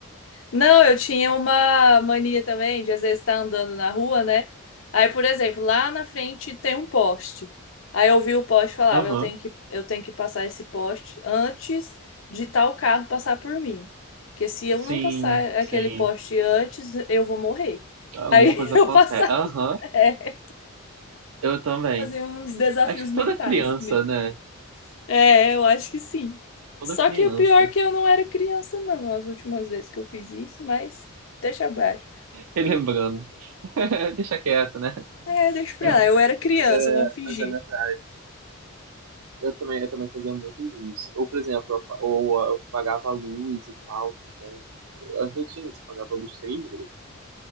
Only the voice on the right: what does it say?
Aham.
Sim,
sim.
Alguma
coisa
acontece.
Aham,
eu também.
Acho que
toda criança,
né?
Toda
criança.
Relembrando. <laughs> Deixa quieto, né?
Não,
mas,
mas é,
mas é verdade. Eu também, eu também fazia muito isso. Ou, por exemplo, eu, pa- ou, eu pagava a luz e tal também. Antes eu tinha isso, pagava a luz três vezes.